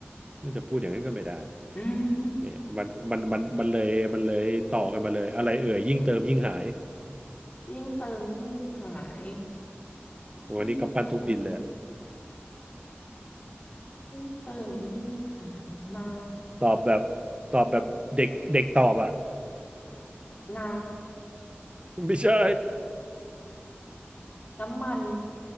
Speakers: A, on the right; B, on the left.
A: น่าจะพูดอย่างนั้นก็ไม่ได้
B: อืม
A: เนี่ยมันมันมันมันเลยมันเลยต่อกันมาเลยอะไรเอ่ยยิ่งเติมยิ่งหาย
B: ยิ่งเติมยิ่งหาย
A: วันนี้กำปั้นทุบดินเลยอะ
B: ยิ่งเติมยิ่งเติมยิ่งหายน้
A: ตอบแบบตอบแบบเด็กเด็กตอบอ่ะ
B: ำน้
A: <laughs> ไม่ใช่
B: ำน้ำมัน